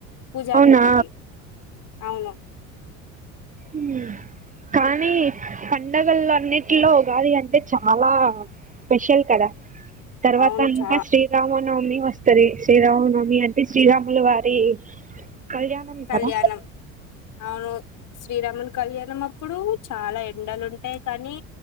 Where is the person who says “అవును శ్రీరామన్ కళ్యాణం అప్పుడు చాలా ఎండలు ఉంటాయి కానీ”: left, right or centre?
Left